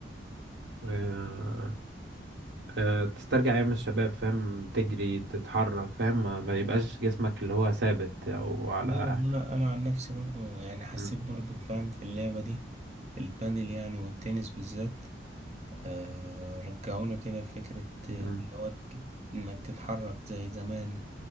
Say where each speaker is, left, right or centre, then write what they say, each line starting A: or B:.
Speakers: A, on the right; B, on the right.
A: آه، آه، تسترجع ايام الشباب فاهم تجري تتحرك فاهم ما ما يبقاش جسمك اللي هو ثابت او على
B: ايوه انا انا عن نفسي برضو يعني حسيت
A: مم.
B: برضو فاهم في اللعبه دي البادل يعني والتنس بالذات آه رجعونا كده لفكره
A: مم.
B: آه، اللي هو ت- انك تتحرك زي زمان